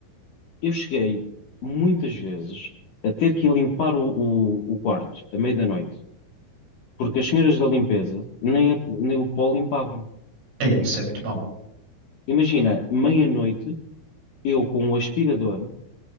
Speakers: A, on the left; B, on the right.
A: Eu cheguei muitas vezes a ter que limpar o, o, o quarto à meia da noite, porque as senhoras da limpeza nem, a- nem o pó limpavam.
B: É, isso é muito mau,
A: Imagina, meia-noite, eu com o aspirador